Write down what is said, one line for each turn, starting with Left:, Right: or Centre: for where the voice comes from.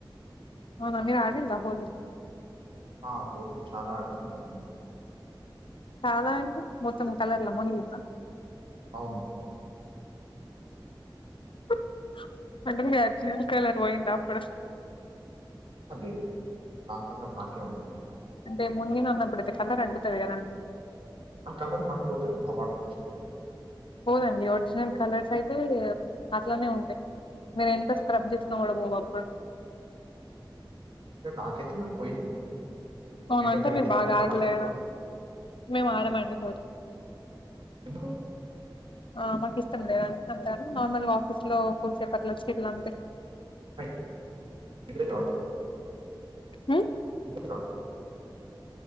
Left: అవునా మీరు ఆడిండా హోలీ
Right: ఆ హోలీ చాలా ఆడతాను కదా నేను
Left: చాలా అంటే మొత్తం కల్లర్ల మునిగిండ్ర
Right: అవును
Left: హ్మ్ హు అంటే మీ ఒరిజినల్ కలర్ ఓయిందప్పుడు
Right: ఆ, లేదు నాకు కలర్ నాకే ఉంటుంది
Left: అంటే మునిగిన్నప్పుడుడతే కలర్ అంటుతాదికదండీ
Right: ఆ కలర్ మళ్ళిపోతుంది కదా వాటర్ పోసుకుంటే
Left: పోదండి ఒరిజినల్ కలర్స్ అయితే అట్లానే ఉంటాయి మీర ఎంత స్క్రబ్ చేసిన కూడా పోవు అప్పుడు
Right: నాకైతే మరి పోయింది
Left: అవునంటే
Right: మీ దగ్గర
Left: మీరు
Right: ఎట్లా
Left: బాగా
Right: ఆడేదో
Left: ఆడలేదు
Right: నాకు తెలియదు
Left: మేము ఆడమండి
Right: పో
Left: ఆ మాకు ఇష్టం లేదండి అంటారు నార్మల్గా ఆఫీస్ లో ఫోన్సేపట్ల వచ్చ ఇట్లా అంతే
Right: <unintelligible>
Left: హ
Right: ఇంకా ఉంది